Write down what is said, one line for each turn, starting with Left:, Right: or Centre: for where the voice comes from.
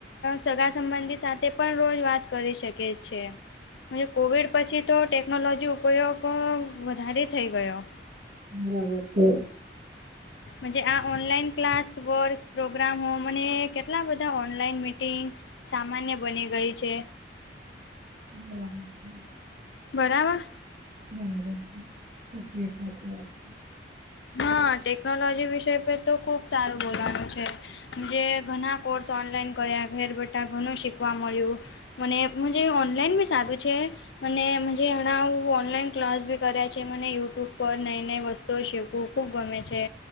Left: સગા સંબંધી સાથે પણ રોજ વાત કરી શકે છે મજ કોવિડ પછી તો ટેકનોલોજી ઉપયોગ વધારે થઈ ગયો
Right: બરાબર છે
Left: મજે આ ઓનલાઈન ક્લાસ વર્ક પ્રોગ્રામ હો મને કેટલા બધા ઓ નલાઈન મિટિંગ સામાન્ય બની ગઈ છે
Right: હમ
Left: બરાબર
Right: બબર છે સાચી સાચી વાત છે
Left: હા ટેકનોલોજી વિષય પર તો ખુબ સારું બોલવાનું છે જે ઘણા કોર્સ ઓનલાઈન કર્યા ઘેર બેઠા ઘણું શીખવા મળ્યું મને મ જે ઓનલાઈન બી સારૂ છે મને મજે ઘણાં ઓનલાઈન ક્લાસ બી કર્યા છે મને યુટ્યુબ પર નઈ નઈ વસ્તુઓ સીફ્ ખ ખૂબ ગમે છે